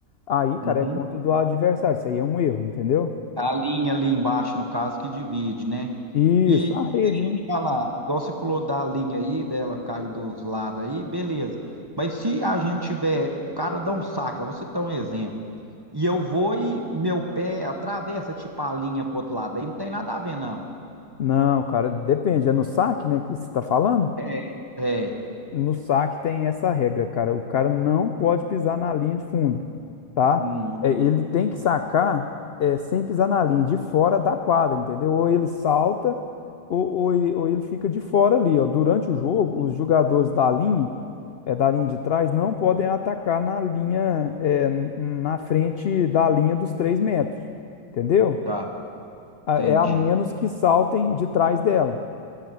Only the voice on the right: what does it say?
Uhum.
A linha ali embaixo, no caso, que divide, né?
E,
e
deixa
eu te falar, igual você falou da linha aí, dela cair dos lados aí, beleza. Mas se a gente tiver, o cara dá um saque, lá, você dá um exemplo, e eu vou e meu pé atravessa, tipo, a linha pro outro lado, aí não tem nada a ver, não.
É. É.
Uhum,
uhum.
Tá,
entendi.